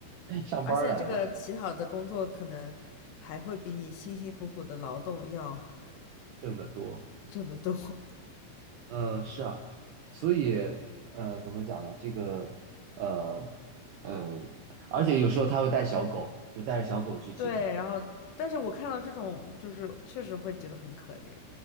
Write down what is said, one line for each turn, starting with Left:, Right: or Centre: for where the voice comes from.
Right: <laughs> 上班儿来了，
Left: 而且这个乞讨的工作可能还会比你辛辛苦苦的劳动要
Right: 挣得多。
Left: 挣得多。<laughs>
Right: 嗯，是啊，所以，呃，怎么讲呢？这个，呃，嗯，而且有时候他会带小狗，就带着小狗去乞讨。
Left: 对，然后但是我看到这种就是确实会觉得很可怜，